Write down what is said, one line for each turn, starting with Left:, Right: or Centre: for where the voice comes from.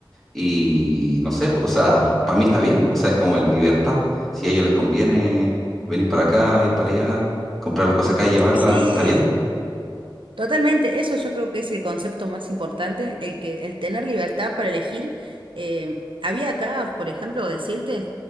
Centre: y no sé, o sea, para mí está bien, o sea, es como el libertad. Si a ellos les conviene venir para acá, ir para allá, comprar las cosas acá y llevarlas,
Right: Sí,
Centre: está bien,
Right: Totalmente, eso yo creo que es el concepto más importante, el que el tener libertad para elegir. Em, había acá, por ejemplo, decirte